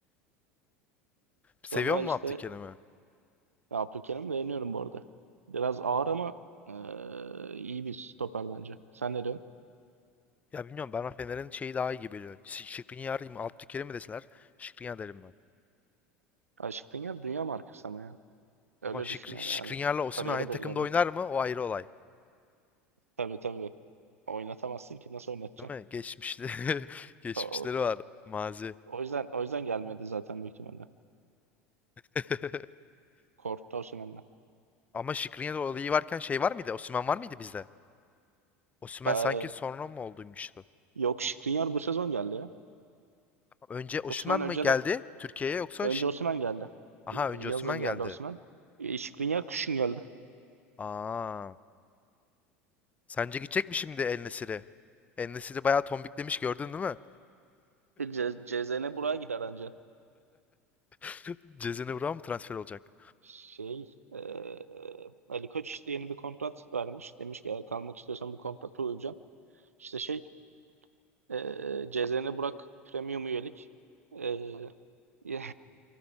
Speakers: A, on the left; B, on the right.
A: Seviyor
B: Sonra
A: mu
B: işte
A: Abdülkerim'i?
B: Abdülkerim beğeniyorum bu arada. Biraz ağır ama ee, iyi bir stoper bence. Sen ne diyorsun?
A: Ya bilmiyorum bana Fener'in şeyi daha iyi gibi geliyor. Şi- Skriniar mı Abdülkerim mi deseler Skriniar derim ben.
B: Aşık Pinger dünya markası ama ya. Öyle
A: Ama Şikri,
B: düşün yani.
A: Skriniar'la
B: Yani
A: Osimhen
B: kariyeri
A: aynı
B: belli
A: takımda
B: adam.
A: oynar mı? O ayrı olay.
B: Tabii tabii. Oynatamazsın ki. Nasıl oynatacaksın?
A: Değil mi? Geçmişli <laughs> geçmişleri
B: O, o
A: var. Mazi.
B: o yüzden o yüzden gelmedi zaten büyük ihtimalle.
A: <laughs>
B: Korktu Osimhen'den.
A: Ama Skriniar olayı varken şey var mıydı? Osimhen var mıydı bizde? Osimhen
B: Ee,
A: sanki sonra mı olduymuştu?
B: yok Skriniar bu sezon geldi ya.
A: Önce Osimhen
B: Osimhen önce
A: mi geldi
B: de
A: Türkiye'ye yoksa
B: önce
A: Şi-
B: Osimhen geldi.
A: Aha
B: Ee,
A: önce
B: Yazın
A: Osimhen
B: geldi
A: geldi.
B: Osimhen. Ee, Skriniar kışın geldi.
A: Aa. Sence gidecek mi şimdi El Nesir'e? El Nesir'i bayağı tombiklemiş gördün değil mi?
B: E, C- CZN buraya gider anca.
A: <laughs> Cezene Burak'a mı transfer olacak?
B: Şey e, Ali Koç işte yeni bir kontrat vermiş. Demiş ki "Eğer kalmak istiyorsan bu kontrata uyacaksın. İşte şey Ee, CZN Burak Premium üyelik. Ee, <laughs> ya